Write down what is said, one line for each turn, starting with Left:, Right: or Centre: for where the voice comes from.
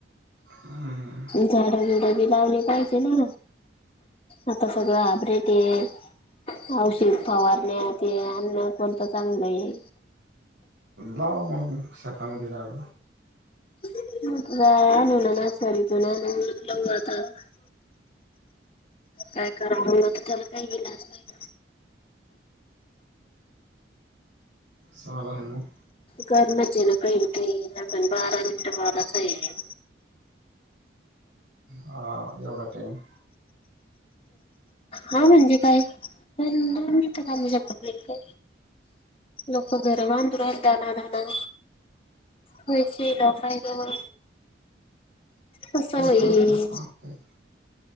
Right: हम्म!
Left: झाडं जुडं बी लावले पाहिजे ना! आता सगळ हायब्रेट आहे. औषध फवारण्या ते अन्न कोणतं चांगलं आहे?
Right: लावामाग शेतामध्ये झाड!
Left: <unintelligible> काय कराव तर त्याला काही इलाज नाय.
Right: स्वाला न
Left: करण्याचे ना काही ना काही आपण बारा मिनट बोलायचं आहे.
Right: हा एवढ टाईम!
Left: हा म्हणजे काय! पण दोन मिंट थांबू शकतात नाय का? लोक घरबांधू राहिल दणा दणा! होची लोकांजवळ कसं
Right: पैसे
Left: होईल!
Right: असल्यावर पाहतय